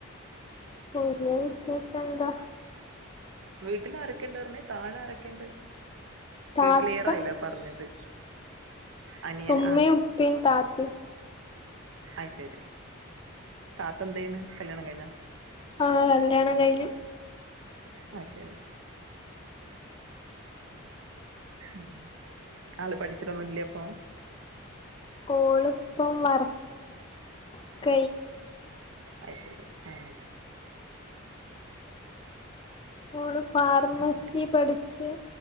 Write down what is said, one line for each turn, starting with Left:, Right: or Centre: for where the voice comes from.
Left: പുതിയ വിശേഷം എന്താ
Right: വീട്ടിൽ അരക്കണ്ട് പറഞ്ഞ താഴെ അരക്കേണ്ട്
Left: താത്ത
Right: ക്ലിയറായില്ലോ പറഞ്ഞത് അനിയൻ
Left: തുമ്മേ ഉപ്പേ താത്തി
Right: അയ് ശരി താത്ത എന്ത് ചെയാണ് കല്യാണം കഴിഞ്ഞാ
Left: ആ കല്യാണം കഴിഞ്ഞു
Right: ആയ് ശരി ഉ ആള് പഠിച്ചിട്ടൊന്നുല്ല്യപ്പൊ
Left: ഓള്പ്പം വർക്ക
Right: അ ശരി ആ
Left: മോള് ഫാർമസി
Right: അങ്ങനെ
Left: പഠിച്ച്